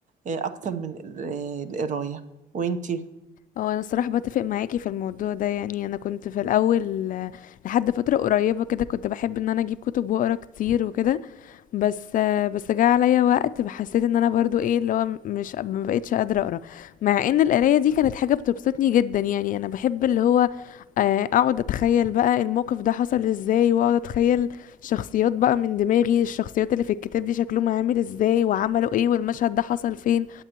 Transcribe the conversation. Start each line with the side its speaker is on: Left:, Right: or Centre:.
Right: آه، أكتر من ال- آه، القراية وإنتي
Left: هو انا الصراحة بتفق معاكي في الموضوع ده يعني انا كنت في الاول آه، لحد فترة قريبة كده كنت بحب ان انا اجيب كتب واقرا كتير وكده بس بس جه عليا وقت حسيت ان انا برضو ايه اللي هو مش ما بقتش قادره اقرا مع ان القرايه دي كانت حاجه بتبسطني جدا يعني انا بحب اللي هو آه، اقعد اتخيل بقى الموقف ده حصل ازاي واقعد اتخيل شخصيات بقى من دماغي الشخصيات اللي في الكتاب دي شكلهم عامل ازاي وعملوا ايه والمشهد ده حصل فين